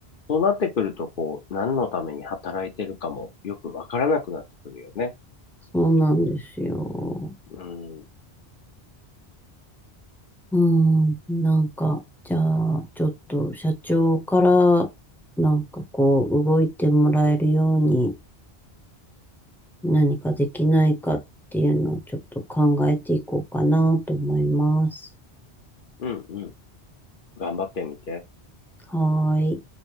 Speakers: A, on the left (about 55°); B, in the centre.
A: そうなってくると、こう、何のために働いてるかもよくわからなくなってくるよね。
B: そうなんですよ。
A: うん、
B: うん、なんか、じゃあ、ちょっと社長から、なんかこう、動いてもらえるように何かできないかっていうのをちょっと考えていこうかなと思います。
A: うん、うん。頑張ってみて。
B: はーい。